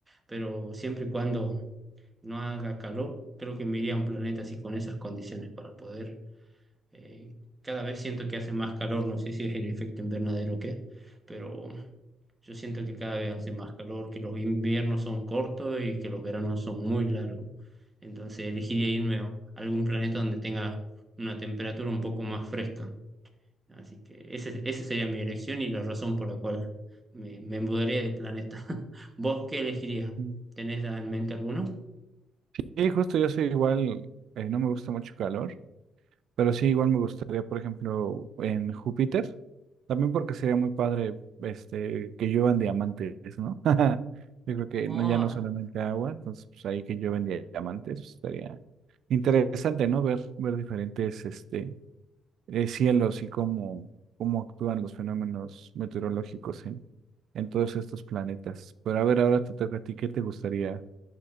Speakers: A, on the right; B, on the right.
A: pero siempre y cuando no haga calor, creo que me iría a un planeta así con esas condiciones para poder... eh, Cada vez siento que hace más calor, no sé si es el efecto invernadero o qué, pero yo siento que cada vez hace más calor, que los inviernos son cortos y que los veranos son muy largos. Entonces elegiría irme a algún planeta donde tenga una temperatura un poco más fresca. Así que ese- esa sería mi elección y la razón por la cual me, me mudaría de planeta. <laughs> ¿Vos qué elegirías?
B: Mm.
A: ¿Tenés en mente alguno?
B: Y justo yo soy igual, eh, no me gusta mucho calor, Pero sí, igual me gustaría, por ejemplo, en Júpiter, también porque sería muy padre este, que lluevan diamantes, ¿no? <laughs> Yo creo que
A: Ah,
B: no, ya no solamente agua, entonces pues, ahí que llueven dia- diamantes, pues, estaría interesante, ¿no? Ver, ver diferentes este, eh, cielos y cómo, cómo actúan los fenómenos meteorológicos en, en todos estos planetas. Pero a ver, ahora te toca a ti, ¿qué te gustaría